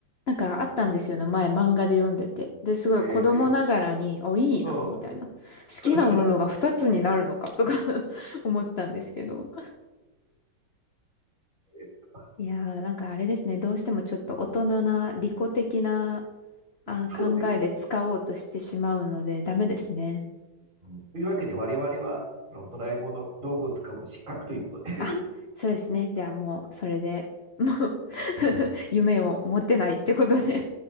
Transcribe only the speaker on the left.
なんかあったんですよね。前漫画で読んでて。で、すごい子供ながらに、
あ、いいな、
みたいな。好きなものが二つになるのか、
とか <laughs> 思ったんですけど。
いやー、なんかあれですね。どうしてもちょっと大人な、利己的な、あ、
考えで使おうとしてしまうので、ダメですね。
あ、そうですね。じゃあもう、それで、もう <laughs> 夢を持てないってことで